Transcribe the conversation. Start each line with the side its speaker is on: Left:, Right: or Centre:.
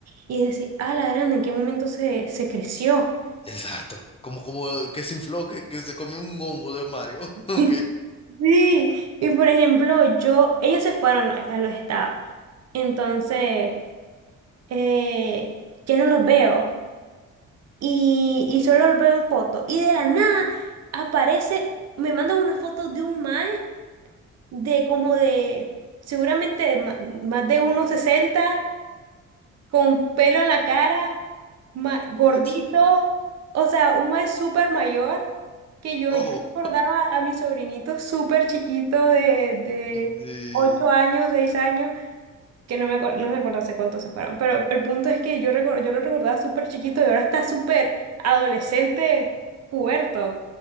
Right: Y decir, ah, la grande, ¿en qué momento se, se creció?
Left: Exacto. Como, como que se infló, que, que se comió un hongo de Mario.
Right: <laughs>
Left: <laughs> Ok.
Right: Sí, y por ejemplo, yo, ellos se fueron a, a los estados. Entonces, eh, ya no los veo. y, y solo lo veo en foto. Y de la nada aparece, me mandan una foto de un mae de como de, seguramente de ma- más de uno sesenta con pelo en la cara, ma- gordito,
Left: What?
Right: o sea, un mae súper mayor. que yo,
Left: Ojo.
Right: yo recordaba a mi sobrinito súper chiquito de, de
Left: Sí.
Right: 8 años, 6 años, que no me, acuer- no me acuerdo hace cuánto se fueron, pero el punto es que yo, recor- yo lo recordaba súper chiquito y ahora está súper adolescente, puberto.